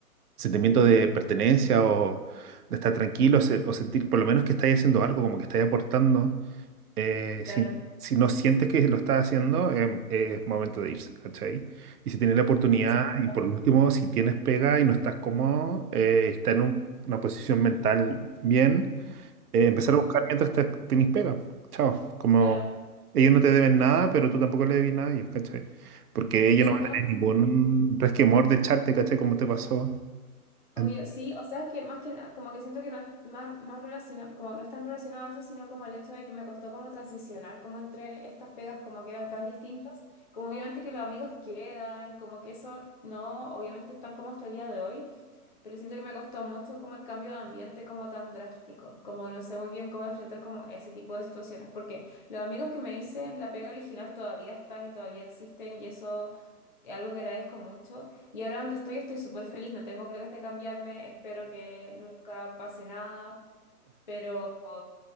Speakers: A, on the right; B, on the left.
A: sentimiento de pertenencia o de estar tranquilo se- o sentir por lo menos que estáis haciendo algo, como que estáis aportando. Eh,
B: Claro.
A: si, si no sientes que lo estás haciendo, em, es momento de irse, ¿cachai? Y si tienes la oportunidad,
B: Sí,
A: y
B: totalmente.
A: por último, si tienes pega y no estás cómodo, eh, está en un- una posición mental bien eh, empezar
B: Ujú,
A: a buscar mientras te, tenés pega. Chao. Como
B: Claro.
A: ellos no te deben nada, pero tú tampoco le debes nada a ellos, ¿cachai? Porque
B: Sí,
A: ellos no van
B: no.
A: a tener ningún resquemor de echarte, ¿cachai? Como te pasó.
B: Obvio,
A: En-
B: sí, o sea, es que más que nada, como que siento que no es más, más relacionado, como no es tan relacionado a eso, sino como el hecho de que me costó como transicionar, como entre estas pegas como que eran tan distintas, como obviamente que los amigos quedan, como que eso no, obviamente están como hasta el día de hoy, pero siento que me costó mucho como el cambio de ambiente como tan drástico, como no sé muy bien cómo enfrentar como ese tipo de situaciones, porque los amigos que me hice en la pega original todavía están y todavía existen y eso es algo que agradezco mucho. Y ahora donde estoy estoy súper feliz, no tengo planes de cambiarme, espero que nunca pase nada, pero